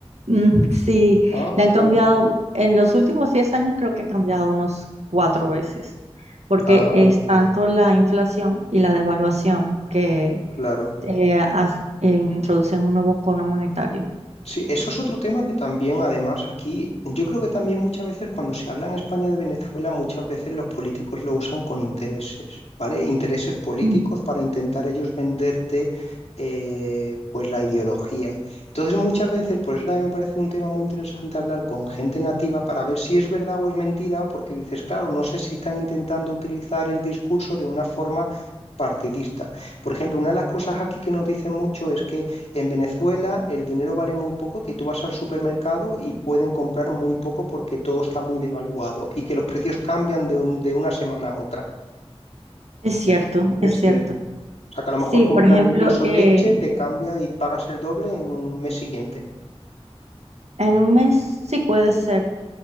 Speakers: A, on the right; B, on the left.
A: Mm, sí,
B: Ah,
A: le han cambiado,
B: vale, vale.
A: en los últimos 10 años creo que ha cambiado unos cuatro veces, porque
B: Ah,
A: es tanto
B: vale, vale.
A: la inflación y la devaluación que
B: Claro.
A: eh, as- eh, introducen un nuevo cono monetario.
B: Sí, eso es otro tema que también, además, aquí, yo creo que también muchas veces cuando se habla en España de Venezuela, muchas veces los políticos lo usan con intereses, ¿vale? Intereses políticos
A: Mm.
B: para intentar ellos venderte, eh, pues, la ideología. Entonces, muchas veces, por eso también me parece un tema muy interesante hablar con gente nativa para ver si es verdad o es mentira, porque dices, claro, no sé si están intentando utilizar el discurso de una forma partidista. Por ejemplo, una de las cosas aquí que nos dicen mucho es que en Venezuela el dinero vale muy poco, que tú vas al supermercado y pueden comprar muy poco porque todo está muy devaluado y que los precios cambian de, un- de una semana a otra.
A: Es cierto,
B: Es, es
A: es cierto.
B: cierto. O sea, que a lo
A: Sí,
B: mejor comprar
A: por ejemplo,
B: incluso
A: eh,
B: leche te cambia y pagas el doble en un mes siguiente.
A: en un mes sí puede ser.